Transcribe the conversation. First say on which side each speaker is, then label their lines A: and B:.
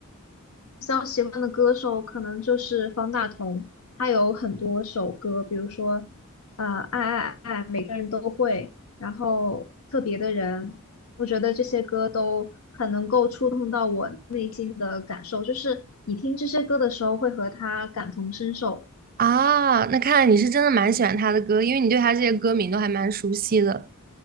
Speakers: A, on the left (about 85°); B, on the right (about 40°).
A: 比较喜欢的歌手可能就是方大同，他有很多首歌，比如说呃爱爱爱，每个人都会，然后特别的人，我觉得这些歌都很能够触动到我内心的感受，就是你听这些歌的时候会和他感同身受。
B: 啊，那看来你是真的蛮喜欢他的歌，因为你对他这些歌名都还蛮熟悉的。